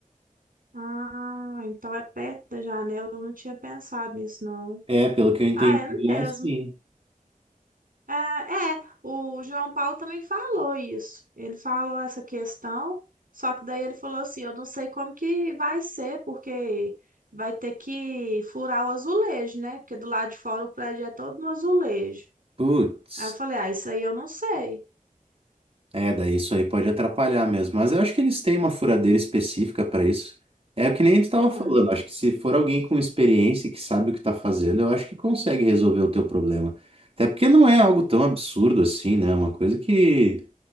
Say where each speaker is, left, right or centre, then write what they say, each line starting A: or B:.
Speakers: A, on the right; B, on the right.
A: Ah, então é perto da janela, eu não tinha pensado nisso, não.
B: É, pelo que eu entendi,
A: Ah, é mesmo.
B: é assim.
A: Ah, é, o João Paulo também falou isso. Ele falou essa questão, só que daí ele falou assim: eu não sei como que vai ser, porque vai ter que furar o azulejo, né? Porque do lado de fora o prédio é todo no azulejo.
B: Putz,
A: Aí eu falei: ah, isso aí eu não sei.
B: é, daí isso aí pode atrapalhar mesmo. Mas eu acho que eles têm uma furadeira específica para isso. É o que nem tu tava
A: Ah,
B: falando.
A: não-
B: Acho que se for alguém com experiência e que sabe o que tá fazendo, eu acho que consegue resolver o teu problema. Até porque não é algo tão absurdo assim, né? É Uma coisa que.